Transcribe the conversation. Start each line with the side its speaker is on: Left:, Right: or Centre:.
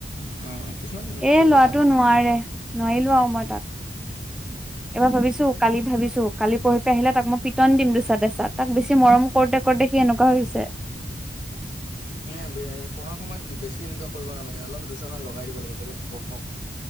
Left: অ', অ' কিছুমান
Centre: এ
Left: ছোৱালী
Centre: লৰাটো
Left: ভাল
Centre: নোৱাৰে নোৱাৰিলো আৰু মই তাক। এবাৰ ভাবিছো কালি ভাবিছো কালি পৰহি আহিলে তাক মই পিটন দিম দুচাত এছাত তাক বেছি মৰম কৰোঁতে কৰোঁতে সি এনেকুৱা হৈছে
Left: নাই পঢ়াৰ সময়ত বেছি এনেকুৱা কৰিব নালাগে অলপ দুচাতমান লগাই দিব লাগে যাতে পঢ়ক।